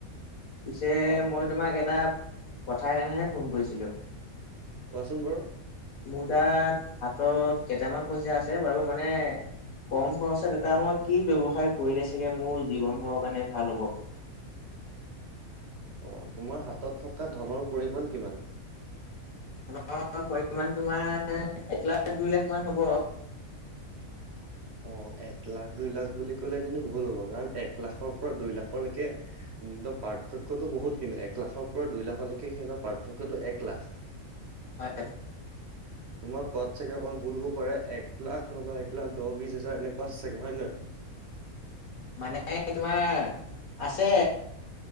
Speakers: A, on the left; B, on the right.
A: পিছে
B: অ
A: মই
B: অ
A: তোমাক এটা কথাৰ কাৰণেহে ফোন কৰিছিলো।
B: কোৱাচোন বাৰু?
A: মোৰ তাত হাতত কেইটামান পইচা আছে বাৰু মানে কম খৰচত এটা মই কি ব্যৱসায় কৰিলে চাগে মোৰ জীৱন ঘৰৰ কাৰণে ভাল হ'ব?
B: অ তোমাৰ হাতত থকা ধনৰ পৰিমাণ কিমান?
A: ধনৰ পৰিমান তোমাৰ এক লাখ দুই লাখমান হ'ব।
B: অ, এক লাখ দুই লাখ বুলি কলে কিন্তু ভুল হ'ব কাৰণ এক লাখৰ পৰা দুই লাখৰলৈকে উম ত পাৰ্থক্যতো বহুত কিনো এক লাখৰ পৰা দুই লাখলৈকে সিহঁতৰ পাৰ্থক্যটো এক লাখ।
A: হয়
B: তোমাক কোৱাত চাগে অঁকন ভুল হব পাৰে এক লাখ নবা এক লাখ দহ - বিছ হাজাৰ এনেকুৱা চাগে হয় নহয়?
A: মানে তোমাৰ আছে